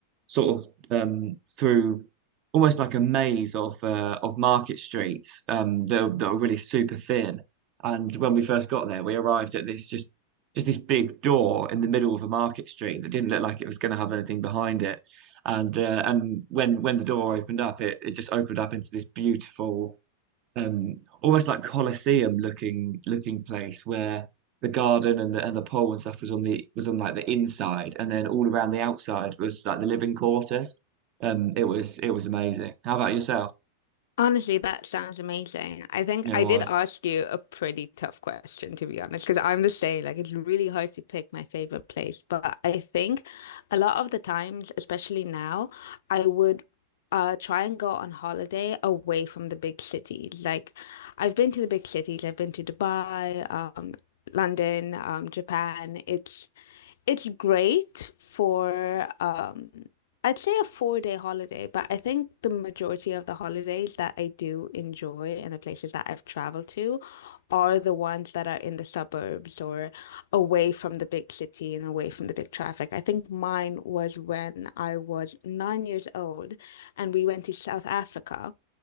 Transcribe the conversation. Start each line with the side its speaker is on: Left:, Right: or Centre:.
Right: sort of um, through almost like a maze of uh, of market streets um, that are, that are really super thin. And when we first got there, we arrived at this just just this big door in the middle of a market street that didn't look like it was going to have anything behind it. And uh, and when when the door opened up, it it just opened up into this beautiful um, almost like Colosseum looking looking place where the garden and the and the pole and stuff was on the was on like the inside, and then all around the outside was like the living quarters. Um, it was it was amazing. How about yourself?
Left: Honestly, that sounds amazing. I think
Right: You know,
Left: I
Right: was
Left: did ask you a pretty tough question, to be honest, because I'm the same. Like, it's really hard to pick my favorite place. But I think a lot of the times, especially now, I would uh, try and go on holiday away from the big cities. Like, I've been to the big cities, I've been to Dubai, um, London, um, Japan. It's it's great for um I'd say a four day holiday, but I think the majority of the holidays that I do enjoy and the places that I've traveled to are the ones that are in the suburbs or away from the big city and away from the big traffic. I think mine was when I was nine years old and we went to South Africa